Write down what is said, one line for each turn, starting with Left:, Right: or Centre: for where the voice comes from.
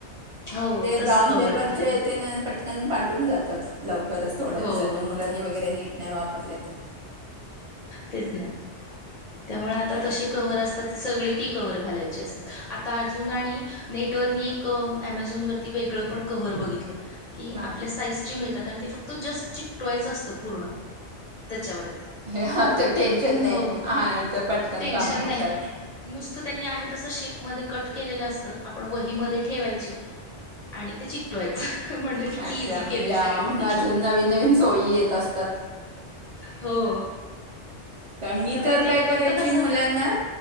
Left: हो तसं
Right: ब्राउन
Left: कवर
Right: पेपरचे
Left: आता
Right: पाठून जातात लव करच थोड्या
Left: हो
Right: दिवसांत म्हणजे
Left: हो
Right: मुलांनी वगैरे नीट नाही वापरले तर.
Left: तेच नाही त्यामुळे आता
Right: तर
Left: तशी कवर असतात सगळी ती कवर घालायची असतात आता अजून आणि नेटवर व मी एक अमेझॉन वर वेगळ पण कवर कवर बघितलं
Right: हां
Left: आपल्या साईज ची मिळतात आणि फक्त जस्ट चितकवायची असतं. पूर्ण त्याच्यावरती
Right: हा टेन्शन नाही
Left: हो
Right: हा तर पटकन
Left: टेन्शन
Right: कामं होतात.
Left: नाही नुसतं त्यांनी आहे तसं शेपमध्ये कट केलेलं असत आपण वहीमध्ये ठेवायची आणि ते चिकटवायचं म्हटलं किती
Right: अच्छा
Left: इझी
Right: म्हणजे
Left: केलंय
Right: अ
Left: सगळ्यांनी
Right: अजून नवीन नवीन सोयी येत असतात.
Left: हो.
Right: कारण मी
Left: त्यामुळे
Right: तर
Left: ते
Right: काय
Left: एक
Right: करायची
Left: फक्त कसं
Right: मुलांना